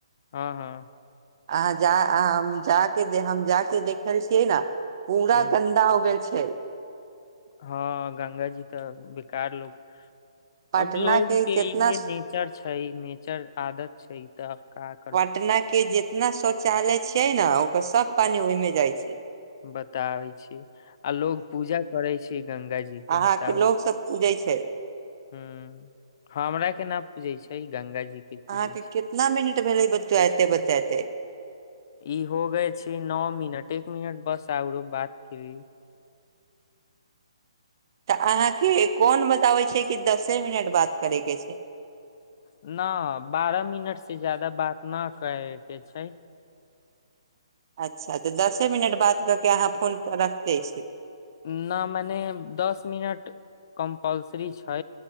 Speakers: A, on the left (about 40°); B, on the right (about 45°).
A: हँ हँ
B: अहाँ जा जाके हम जाके देखल छियै ने पूरा
A: ह
B: गन्दा हो गेल छै
A: हँ गंगा जी तऽ बेकार लो
B: पटना
A: अब लोग के
B: जितना
A: इे नेच नेचर छै नेचर आदत छै तऽब काज
B: पटना के जितना शौचालय छियै ने ओकर सब पानि ओहिमे जाइ छै
A: बताबै छी आ लोग पूजा करे छै गंगा जी के
B: अहाँके
A: बताबै
B: लोग
A: छी
B: सब पूजै छै
A: ह हमरा के ना पूजै छै गंगा जी के पूजै
B: अहाँके
A: छै
B: कितना मिनट भेलै बतायते बतायते
A: ई हो गय छै नओ मिनट एक मिनट बस औरो बात की
B: तऽ अहाँ के कोन बताबे छै कि दसे मिनट बात करे के छै
A: न बारह मिनट से जादा बात न करे के छै
B: अच्छा तऽ दसे मिनट बात कऽ के अहाँ फोन रख दै छी
A: न मने दस मिनट कम्पलसरी छै